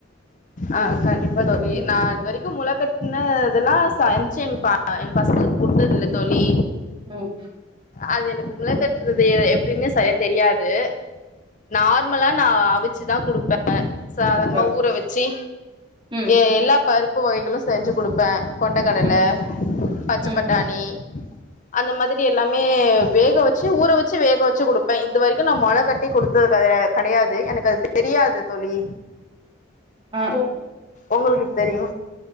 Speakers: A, on the left; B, on the right.
A: ஆஹ் கண்டிப்பா தோழி நா இது வரைக்கு முளைக்கட்ன இதெல்லா சமிச்சு எங்க எங்க பசங்களுக்கு குடுத்தது இல்ல தோழி.
B: உம்
A: அது எனக்கு முள கட்டுறது எ எப்படின்னு செய்ய தெரியாது நார்மலா நா அவிச்சுதா குடுப்பே சாதாரணமா
B: அ
A: ஊற வெச்சு
B: ம்
A: எ-எல்லா பருப் உப்பு வகைகளு செஞ்சு கொடுப்பே கொண்டக்கடல
B: ம்
A: பச்சப்
B: ம்
A: பட்டாணி அந்த மாதிரி எல்லா மே வேக வெச்சு ஊற வெச்சு வேக வெச்சு குடுப்பே இது வரைக்கு நா மொள கட்டி குடுத்தது கெடையாது எனக்கு அது தெரியாது தோழி
B: அ ஓ
A: உங்களுக்கு தெரியு